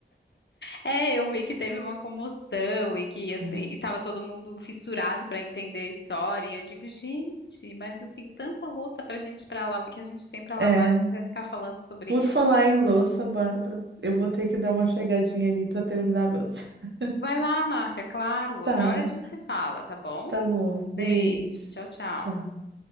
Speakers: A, on the left; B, on the right.
A: É, eu vi que teve uma comoção e que as
B: né?
A: pe- e tava todo mundo fissurado pra entender a história. E eu digo, gente, mas assim, tanta louça pra gente pra lavar, que a gente tem pra
B: É,
A: lavar, a gente vai ficar falando sobre
B: por falar em louça, Bárbara, eu vou ter que dar uma chegadinha ali para terminar meus. <laughs>
A: Vai lá, Marta, é claro. Outra
B: Tá,
A: hora a gente se fala, tá bom?
B: tá bom,
A: Beijo,
B: beijo,
A: tchau, tchau.
B: tchau.